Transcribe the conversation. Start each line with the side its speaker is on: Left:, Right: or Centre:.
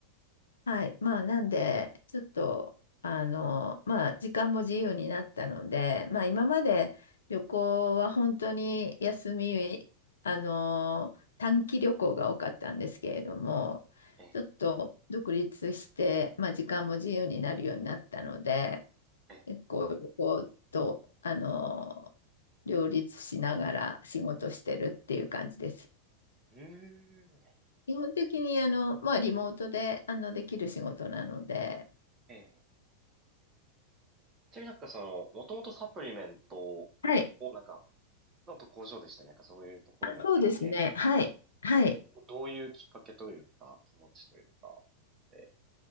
Left: はい。まあ、なんで、ちょっと、あの、まあ、時間も自由になったので、まあ、今まで旅行は本当に休み、あの、短期旅行が多かったんですけれども、
Right: ええ、
Left: ちょっと独立して、まあ、時間も自由になるようになったので、
Right: ええ。
Left: 結構旅行と、あの、両立しながら仕事してるっていう感じです。
Right: うーん。いや、いいですね。
Left: 基本的に、あの、まあ、リモートで、あの、できる仕事なので、
Right: ええちなみになんかその、もともとサプリメントをなんか、
Left: はい、
Right: のと工場でしたねなんかそういうところの経歴が今ある
Left: そうですね。はい、はい。
Right: と、どういうきっかけというか、気持ちというか、で、